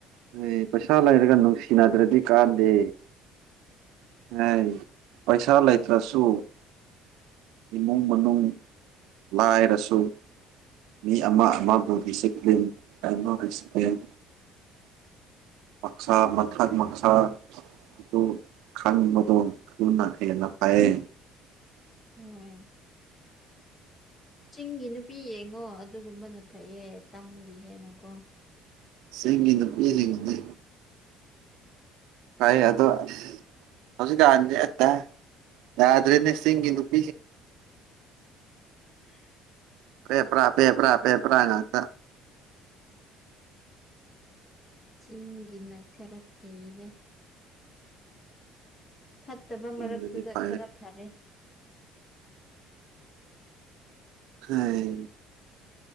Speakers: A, on the right; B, on the left.
A: ꯍ ꯄꯩꯁꯥ ꯂꯩꯔꯒ ꯅꯨꯡꯁꯤꯅꯗ꯭ꯔꯗꯤ ꯀꯥꯟꯅꯗꯦ ꯑꯦ ꯄꯩꯁꯥ ꯂꯩꯇ꯭ꯔꯁꯨ ꯏꯃꯨꯡ ꯃꯅꯨꯡ ꯂꯥꯏꯔꯁꯨ ꯃꯤ ꯑꯃ ꯑꯃꯕꯨ ꯁꯤꯄ꯭ꯂꯤꯟ ꯍꯥꯏꯃ ꯁꯤꯄ꯭ꯂꯤꯟ ꯃꯛꯁꯥ ꯃꯊꯛ ꯃꯛꯁꯥ ꯑꯗꯨ ꯈꯥꯡꯅꯤꯡꯕꯗꯣ ꯊꯅꯅꯥꯈꯩꯅ ꯐꯑ
B: ꯍꯏ ꯆꯤꯡꯒꯤ ꯅꯨꯄꯤ ꯌꯦꯡꯉꯣ ꯑꯗꯨꯒꯨꯝꯕꯅ ꯐꯩꯌꯦ ꯇꯝꯒꯤ ꯍꯦꯟꯅꯀꯣ
A: ꯁꯤꯒꯤꯅ ꯄꯦ ꯁꯒꯅꯦ ꯀꯥꯏ ꯑꯗꯣ ꯍꯧ ꯑꯠꯇ ꯌꯥꯗ꯭ꯔꯦ ꯅꯦꯛꯗꯨ <inaudible>
B: <inaudible>
A: ꯄꯦꯄꯔꯥ ꯄꯦꯄꯔꯥ ꯄꯦꯄꯔꯥ ꯉꯥꯛꯇ
B: ꯆꯤꯡꯒꯤꯅ ꯈꯔ ꯐꯩꯅꯦ ꯐꯠꯇꯕ
A: ꯆꯤꯡꯗꯗꯤ
B: ꯃꯔꯛꯇꯨꯗ
A: ꯐꯩ
B: ꯈꯔ ꯐꯔꯦ
A: ꯍꯥꯏ